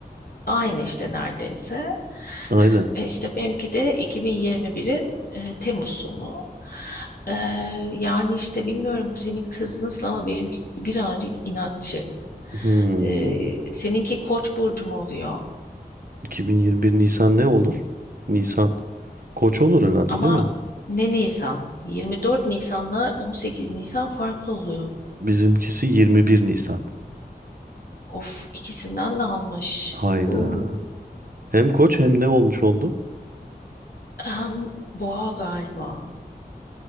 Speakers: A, on the left; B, on the right.
A: Aynı işte neredeyse.
B: Aynen.
A: E, işte benimki de 2021'in e, Temmuz sonu. E, yani işte bilmiyorum senin kız nasıl ama benimki birazcık inatçı.
B: Hmm.
A: E, seninki Koç burcu mu oluyor?
B: 2021 Nisan ne olur? Nisan. Koç olur herhalde
A: Ama
B: değil mi?
A: ne Nisan? 24 Nisan'la 18 Nisan farklı oluyor.
B: Bizimkisi 21 Nisan.
A: Of ikisinden de almış.
B: Hayda.
A: Huu.
B: Hem koç hem ne olmuş oldu?
A: Hem boğa galiba.